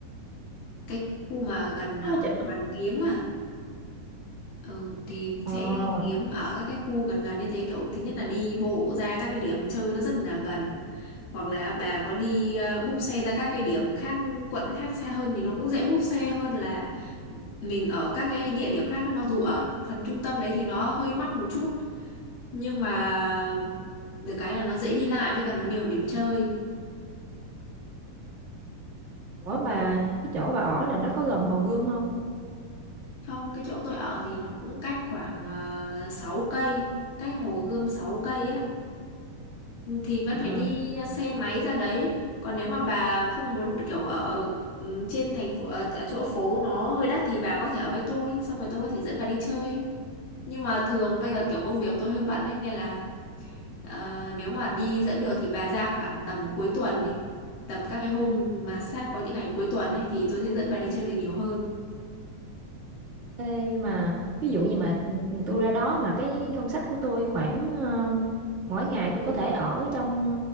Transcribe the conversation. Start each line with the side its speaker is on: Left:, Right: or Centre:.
Left: Cái khu mà gần ờ,
Right: Có
Left: Hồ
Right: chỗ...
Left: Hoàn Kiếm à. Ừ, thì
Right: Ờ,
Left: sẽ kiếm ở các cái khu gần gần như thế kiểu thứ nhất là đi bộ ra các cái điểm chơi nó rất là gần hoặc là bà có đi uh, book xe ra các cái điểm khác quận khác xa hơn thì nó cũng dễ book xe hơn là mình ở các cái địa điểm khác ấy. mặc dù ở phần trung tâm đấy thì nó hơi mắc một chút nhưng mà được cái là nó dễ đi lại với cả nó nhiều điểm chơi
Right: ủa mà cái chỗ bà ở là nó có gần Hồ Gươm không?
Left: trong cái chỗ tôi ở thì nó cũng cách khoảng uh, 6 cây cách Hồ Gươm 6 cây á thì vẫn
Right: À.
Left: phải đi xe máy ra đấy còn nếu mà bà không muốn kiểu ở ừ, trên thành phố ở, ở chỗ phố nó hơi đắt thì bà có thể ở với tôi xong rồi tôi có thể dẫn bà đi chơi nhưng mà thường bây giờ kiểu công việc tôi hơi bận đấy nên là ờ, nếu mà đi dẫn được thì bà ra khoảng tầm cuối tuần đi tầm các cái hôm mà sát có những ngày cuối tuần ấy thì tôi sẽ dẫn bà đi chơi được nhiều hơn
Right: Ê, nhưng mà ví dụ như mà ừ, ừ, tôi ra đó mà cái ngân sách của tôi khoảng um, mỗi ngày tôi có thể ở trong